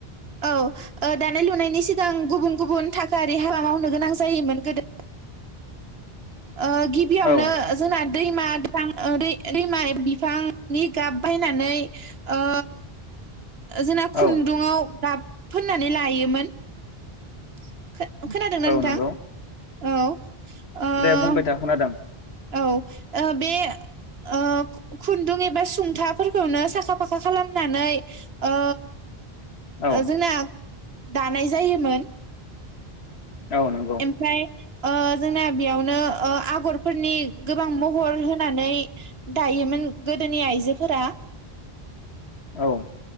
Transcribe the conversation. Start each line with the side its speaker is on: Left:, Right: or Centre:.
Right: औ ओ दानाय लुनायनि <inaudible> सिगां गुबुन गुबुन थाखोआरि हाबा मावनो गोनां जायोमोन गोदो ओ गिबियावनो
Left: औ
Right: जोंना दैमा फां दैमा बिफांनि गाब बायनानै ओ जोंना खुन्दुंआव
Left: औ
Right: गाब फोननानै लायोमोन। <inaudible> खो खोनादोंना
Left: औ
Right: नोंथां?
Left: नंगौ
Right: औ ओ
Left: दे बुंबाय था खोनादों
Right: औ ओ बे ओ खुन्दुं एबा सुंथाफोरखौनो साखा फाखा खालामनानै ओ
Left: औ
Right: जोंना दानाय जायोमोन
Left: औ नंगौ
Right: ओमफ्राय जोंना बेयावनो ओ आगरफोरनि गोबां महर होनानै दायोमोन गोदोनि आइजोफोरा
Left: औ